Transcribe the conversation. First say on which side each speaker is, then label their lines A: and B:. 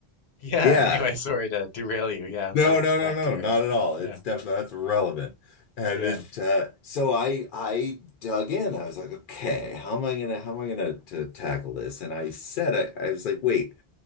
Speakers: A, on the left; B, on the left.
A: yeah.
B: Yeah.
A: Anyway, sorry to derail you. Yeah,
B: No,
A: back
B: no, no,
A: back
B: no,
A: to your.
B: not at all.
A: Yeah,
B: It's definitely that's relevant. And
A: yeah.
B: it uh so I I dug in. I was like, okay, how am I gonna how am I gonna to tackle this? And I said I, I was like, wait.